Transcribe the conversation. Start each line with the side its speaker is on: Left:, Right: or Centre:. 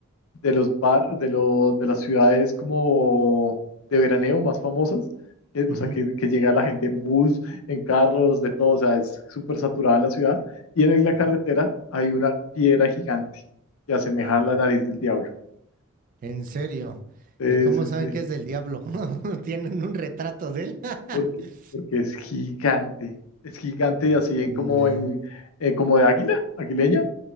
Left: de los bar, de los de las ciudades como de veraneo más famosas, eh,
Right: ujú,
Left: o sea que, que llega la gente en bus, en carros, de todo, o sea, es súper saturada la ciudad, y en la
Right: ujú.
Left: carretera hay una piedra gigante que asemeja
Right: Ajá.
Left: a la nariz del diablo.
Right: En serio.
Left: Sí,
Right: ¿Y cómo
Left: sí,
Right: saben
Left: sí.
Right: que es del diablo? <laughs> ¿Tienen un retrato de él? <laughs>
Left: Porque, porque es gigante. Es gigante
Right: Eh,
Left: y así en como
Right: eh,
Left: en eh, como de águila, aguileña